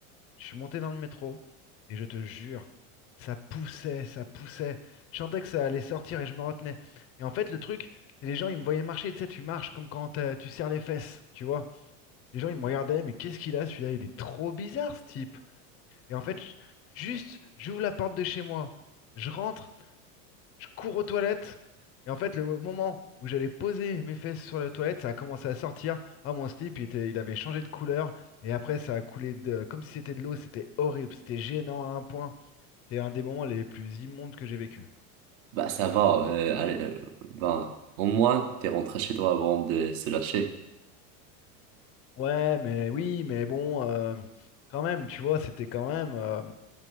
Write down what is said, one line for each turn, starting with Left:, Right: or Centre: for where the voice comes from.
Left: Je suis monté dans le métro et je te jure, ça poussait, ça poussait. Je sentais que ça allait sortir et je me retenais. Et en fait, le truc, c'est les gens, ils me voyaient marcher, tu sais, tu marches comme quand euh, tu serres les fesses, tu vois. Les gens, ils me regardaient, mais qu'est-ce qu'il a celui-là? Il est trop bizarre, ce type. Et en fait, j- juste, j'ouvre la porte de chez moi, je rentre, je cours aux toilettes. Et en fait, le moment où j'allais poser mes fesses sur la toilette, ça a commencé à sortir. Ah, mon slip, il était, il avait changé de couleur. Et après, ça a coulé de, comme si c'était de l'eau. C'était horrible, c'était gênant à un point. C'est un des moments les plus immondes que j'ai vécu.
Right: Bah, ça va. euh, allez, euh, bah, au moins, t'es rentré chez toi avant de se lâcher.
Left: Ouais, mais oui, mais bon, euh, quand même, tu vois, c'était quand même euh,